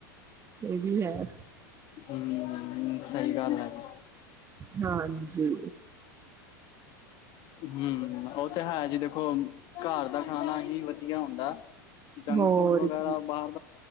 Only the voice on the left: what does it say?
ਹਮਮਮਮ ਹ, ਸਹੀ ਗੱਲ ਆਜੀ।
ਹ <inaudible> ਹਮ, ਉਹ ਤੇ ਹੈ ਜੀ ਦੇਖੋ, ਘਰ ਦਾ ਖਾਣਾ ਹੀ ਵਧੀਆ ਹੁੰਦਾ ਜੰਕ
ਫੂਡ ਵਗੈਰਾ
ਬਾਹਰ